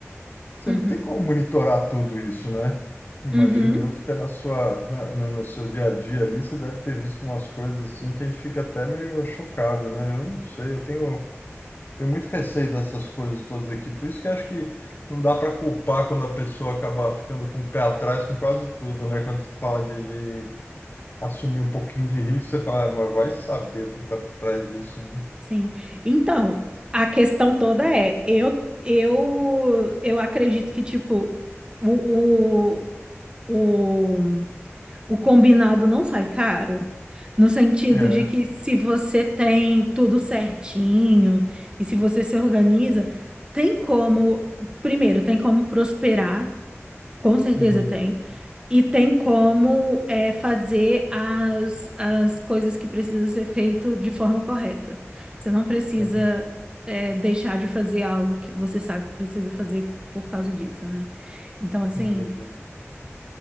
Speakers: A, on the left; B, on the right.
A: Você
B: Uhum.
A: não tem como monitorar tudo isso, né? Imagino
B: Uhum.
A: eu que está na sua, na, na- no seu dia a dia ali, você deve ter visto umas coisas assim que a gente fica até meio chocado, né? Eu não sei, eu tenho, tenho muito receio dessas coisas todas aqui. Por isso que eu acho que não dá para culpar quando a pessoa acaba ficando com o pé atrás com quase tudo, né? Quando você fala de, de assumir um pouquinho de risco, você fala, "Ah, mas vai saber o que está por trás disso, né?
B: Sim. Então, a questão toda é, eu eu eu acredito que tipo o, o, o, o combinado não sai caro, no sentido
A: É.
B: de que se você tem tudo certinho e se você se organiza, tem como, primeiro, tem como prosperar, com certeza
A: Uhum.
B: tem. E tem como é, fazer as, as coisas que precisa ser feito de forma correta. Você não precisa
A: Uhum.
B: é, deixar de fazer algo que você sabe que precisa fazer por causa disso, né? Então, assim,
A: Entendi.